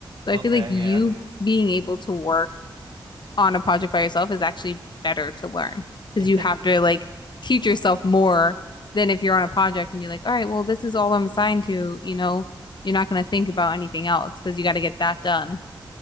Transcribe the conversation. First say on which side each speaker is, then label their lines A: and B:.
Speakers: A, on the left; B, on the right.
A: So
B: Okay,
A: I feel like you
B: yeah.
A: being able to work on a project by yourself is actually better to learn because
B: <laughs>
A: you have to like teach yourself more than if you're on a project and you're like, all right, well, this is all I'm assigned to, you know, you're not going to think about anything else because you got to get that done.